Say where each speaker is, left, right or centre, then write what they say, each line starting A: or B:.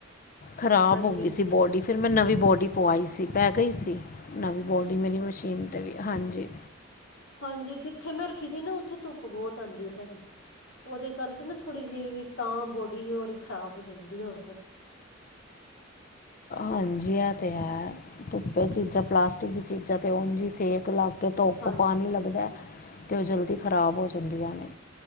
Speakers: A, on the left; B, on the left.
A: ਖ਼ਰਾਬ
B: ਹਾਂਜੀ-ਹਾਂਜੀ
A: ਹੋ ਗਈ ਸੀ
B: ਹਾਂਜੀ
A: ਬੋਡੀ। ਫਿਰ ਮੈਂ ਨਵੀਂ ਬੋਡੀ ਪਵਾਈ ਸੀ ਪੈ ਗਈ ਸੀ ਨਵੀਂ ਬੋਡੀ ਮੇਰੀ ਮਸ਼ੀਨ 'ਤੇ ਵੀ ਹਾਂਜੀ।
B: ਹਾਂਜੀ ਜਿੱਥੇ ਮੈਂ ਰੱਖੀ ਸੀ ਨਾ ਉੱਥੇ ਧੁੱਪ ਬਹੁਤ ਆਉਂਦੀ ਹੈ ਭੈਣ ਜੀ। ਉਹਦੇ ਕਰਕੇ ਨਾ ਥੋੜ੍ਹੀ ਜਿਹੀ ਤਾਂ ਬੋਡੀ ਖ਼ਰਾਬ ਹੋ ਜਾਂਦੀ ਹੋਰ ਕੁਝ।
A: ਹਾਂਜੀ ਇਹ ਤੇ ਹੈ ਧੁੱਪੇ ਚੀਜ਼ਾਂ ਪਲਾਸਟਿਕ ਦੀ ਚੀਜ਼ਾਂ ਤੇ ਉ ਜੀ ਸੇਕ ਲੱਗ। ਕਿ ਧੁੱਪ
B: ਹਾਂਜੀ-ਹਾਂਜੀ
A: ਪਾਣੀ ਲੱਗਦਾ ਅਤੇ
B: ਹਾਂਜੀ
A: ਉਹ ਜਲਦੀ ਖ਼ਰਾਬ ਹੋ ਜਾਂਦੀਆਂ ਨੇ।